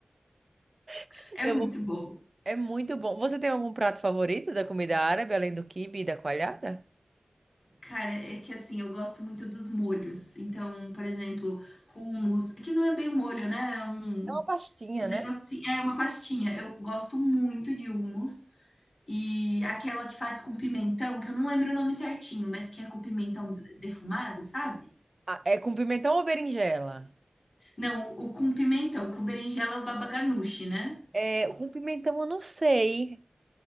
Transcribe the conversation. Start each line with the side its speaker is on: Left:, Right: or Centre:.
Right: <laughs>
Left: É
Right: Eu
Left: muito
Right: vou
Left: bom.
Right: É muito bom. Você tem algum prato favorito da comida árabe, além do quibe e da coalhada?
Left: Cara, é que assim, eu gosto muito dos molhos. Então, por exemplo, hummus, é que não é bem um molho, né, é um
Right: É uma pastinha,
Left: um negócio
Right: né?
Left: assim, é uma pastinha. Eu gosto muito de hummus E aquela que faz com pimentão, que eu não lembro o nome certinho, mas que é com pimentão defumado, sabe?
Right: Ah, é com pimentão ou berinjela?
Left: Não, o com pimentão, com berinjela é o baba ganoush, né?
Right: É, com pimentão eu não sei.